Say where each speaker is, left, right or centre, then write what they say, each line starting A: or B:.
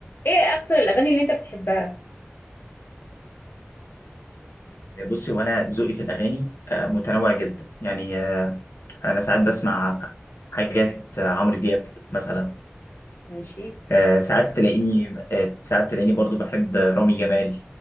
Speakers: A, on the left; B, on the left.
A: ايه اكتر الاغاني اللي انت بتحبها
B: بصي هو انا ذوقي في الاغاني آه، متنوع جدا يعني آه، انا ساعات بسمع حاجات آه، عمرو دياب مثلا
A: ماشي
B: آه، ساعات تلاقيني آه، ساعات تلاقيني برضو بحب رامي جمال